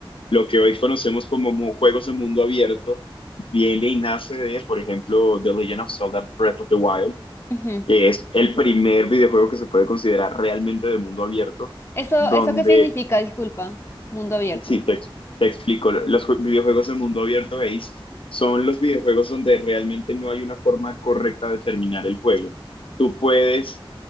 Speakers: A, on the left; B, on the left.
A: lo que hoy conocemos como mu- juegos de mundo abierto viene y nace de, por ejemplo, The Legend of Zelda Breath of the Wild,
B: ujú.
A: que es el primer videojuego que se puede considerar realmente de mundo abierto,
B: ¿Eso,
A: donde
B: eso qué significa? Disculpa, mundo abierto.
A: Sí, te, ex- te explico. Los jue- videojuegos de mundo abierto, Ace, son los videojuegos donde realmente no hay una forma correcta de terminar el juego. Tú puedes,